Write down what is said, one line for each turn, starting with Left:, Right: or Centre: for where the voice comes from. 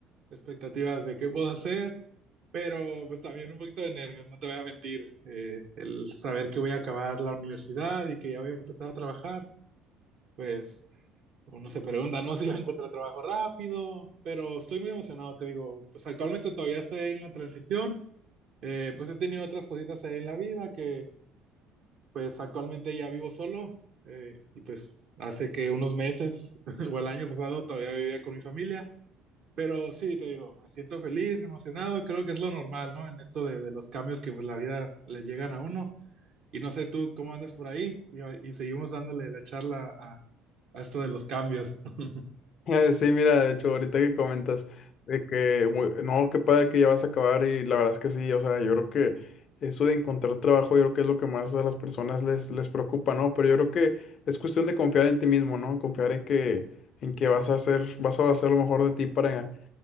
Right: expectativas de qué puedo hacer, pero pues también un poquito de nervios, no te voy a mentir. Eh, el saber que voy a acabar la universidad y que ya voy a empezar a trabajar, pues Uno se pregunta, no <laughs> sé si yo encuentro trabajo rápido, pero estoy muy emocionado, te digo, pues actualmente todavía estoy ahí en la transición, eh, pues he tenido otras cositas ahí en la vida que pues actualmente ya vivo solo eh, y pues hace que unos meses <laughs> o el año pasado todavía vivía con mi familia, pero sí, te digo, me siento feliz, emocionado, creo que es lo normal, ¿no? En esto de, de los cambios que pues la vida le llegan a uno y no sé tú cómo andes por ahí y, y seguimos dándole la charla a, a esto de los cambios. <laughs>
Left: <laughs> Sí, mira, de hecho, ahorita que comentas de que, muy- no, qué padre que ya vas a acabar y la verdad es que sí, o sea, yo creo que eso de encontrar trabajo, yo creo que es lo que más a las personas les, les preocupa, ¿no? Pero yo creo que es cuestión de confiar en ti mismo, ¿no? Confiar en que, en que vas a hacer, vas a hacer lo mejor de ti para,